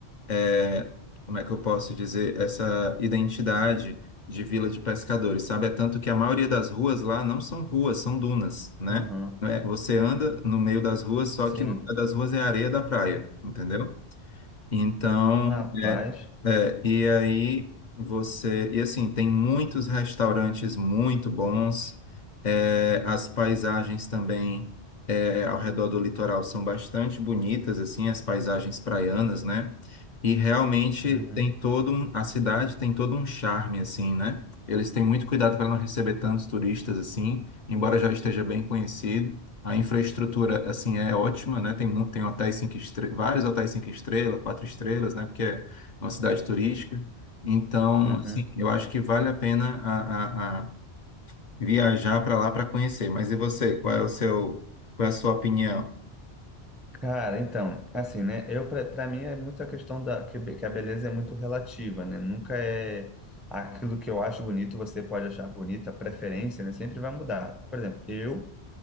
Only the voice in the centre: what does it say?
Uhum.
Sim.
Rapaz.
Uhum.
Uhum.
Cara, então, assim, né? Eu para para mim é muito a questão da que, be- que a beleza é muito relativa, né? Nunca é aquilo que eu acho bonito, você pode achar bonita, a preferência, né? Sempre vai mudar. Por exemplo, eu